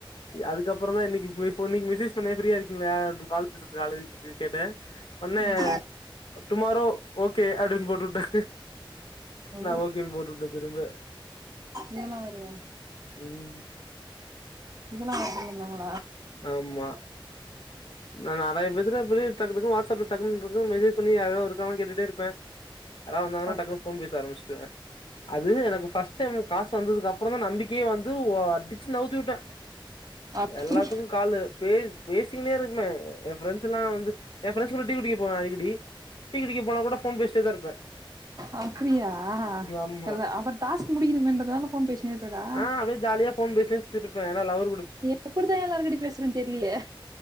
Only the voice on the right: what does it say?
ம்
ஓ
இதெல்லா வேறையா
இதெல்லா வருதுனு வந்தாங்களா
அப்
அப்படி
அப்பிடியா ஆ
எல்ல அப்புற டாஸ்க் முடிக்கணுமே இன்றனால ஃபோன் பேசினே இருபியடா.
நீ எப்பிடித்தா எல்லாருகிட்டியு பேசுறன்னு தெர்லியே